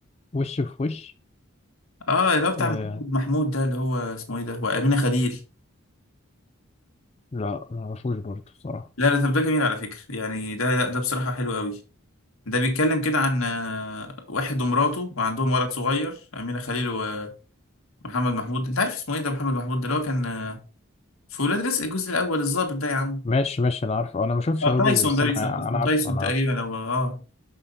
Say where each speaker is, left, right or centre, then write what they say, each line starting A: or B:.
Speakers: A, on the left; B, on the left.
A: وش في وش
B: اه اللي هو بتاع
A: آه
B: محمد محمود ده اللي هو اسمه ايه ده وأمينة خليل
A: لا ما اعرفوش برضه الصراحة
B: لا لا طب ده جميل على فكرة يعني ده لا ده بصراحة حلو قوي ده بيتكلم كده عن آه، واحد ومراته وعندهم ولد صغير أمينة خليل ومحمد محمود انت عارف اسمه ايه ده محمد محمود ده اللي هو كان آه، في ولاد رزق الجزء الأول الضابط ده يا عم
A: ماشي ماشي انا عارف انا ما شفتش
B: اه
A: هواجز
B: تايسون
A: بس
B: ده
A: انا
B: بيسموه اسمه
A: انا عارف
B: تايسون
A: انا
B: تقريبا
A: عارف
B: او اه